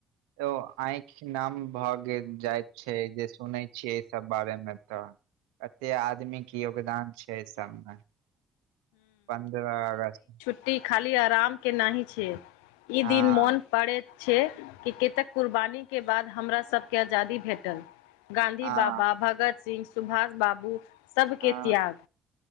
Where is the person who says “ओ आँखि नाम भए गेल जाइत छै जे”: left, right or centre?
Right